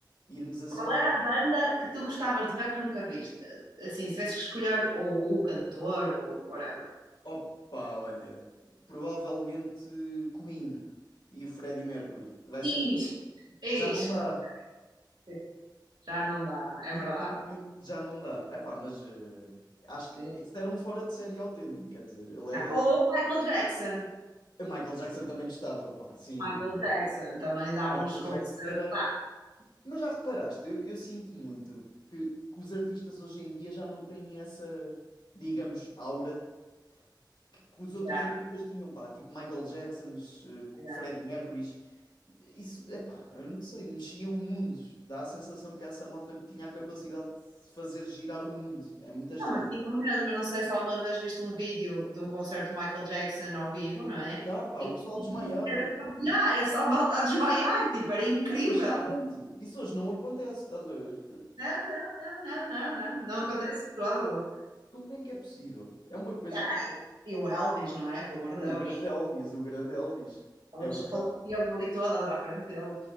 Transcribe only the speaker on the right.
Qual
era a banda que tu gostavas de ver que nunca viste? Assim, se tivesse que escolher ou, ou o cantor ou whatever.
Ixi,
ixi,
claro que sim. já não dá, é
verdade.
Yeah.
Yeah.
Ou Michael Jackson.
Michael Jackson também dava
uns concertos.
Yeah,
yeah.
Não, mas sim, o mesmo. Eu não sei se alguma vez viste um vídeo de um concerto de Michael Jackson ao vivo, não é?
Em
que
Era
só, yeah, era só malta a desmaiar, tipo, era incrível.
Não, não, não, não, não, não, não acontece todo.
Yeah. E o Elvis, não é? Pelo amor
de Deus.
Elas
faleciam ali todas à frente dele.